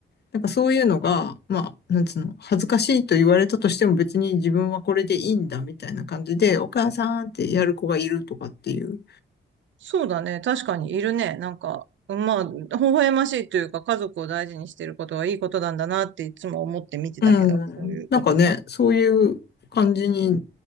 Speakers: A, on the left (about 55°); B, on the right (about 70°).
A: なんかそういうのが、まあ、なんつうの、恥ずかしいと言われたとしても別に自分はこれでいいんだみたいな感じで、お母さんってやる子がいるとかっていう。
B: そうだね。確かにいるね。なんか、まあ、微笑ましいというか、家族を大事にしていることはいいことなんだなっていつも思って見てたけど、
A: うん。
B: そういうことか。
A: なんかね、そういう感じに